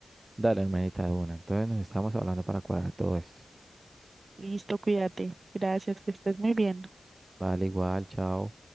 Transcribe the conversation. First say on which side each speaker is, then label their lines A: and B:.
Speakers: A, on the right; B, on the right.
A: Dale, hermanita, de una. Entonces nos estamos hablando para cuadrar todo esto.
B: Listo, cuídate. Gracias, que estés muy bien.
A: Vale, igual, chao.